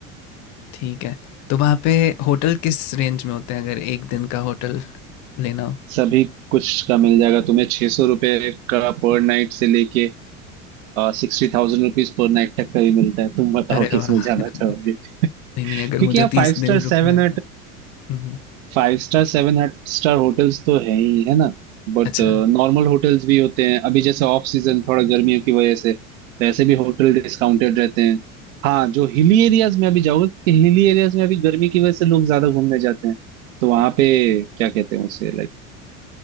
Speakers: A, on the left; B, on the right.
A: ठीक है तो वहाँ पे होटल किस रेंज में होते हैं अगर एक दिन का होटल लेना हो
B: सभी कुछ का मिल जाएगा तुम्हें छह सौ रुपये का पर नाइट से लेके sixty thousand rupees per night तक का ही मिलता है तुम बताओ
A: अरे
B: किस
A: वाह
B: में जाना
A: <laughs>
B: चाहोगे
A: नहीं नहीं अगर
B: क्योंकि
A: मुझे
B: यहाँ
A: तीस
B: five
A: दिन
B: star
A: रुकना
B: seven
A: है तो हम्म,
B: five star seven star hotels तो है ही है ना बट
A: अच्छा
B: नॉर्मल होटल्स भी होते हैं अभी जैसे ऑफ सीजन थोड़ा गर्मियों की वजह से वैसे भी होटल डिस्काउंटेड रहते हैं हाँ जो हिली एरियाज में अभी जाओगे क्योंकि हिली एरियाज में अभी गर्मी की वजह से लोग ज्यादा घूमने जाते हैं तो वहां पे क्या कहते हैं उसे लाइक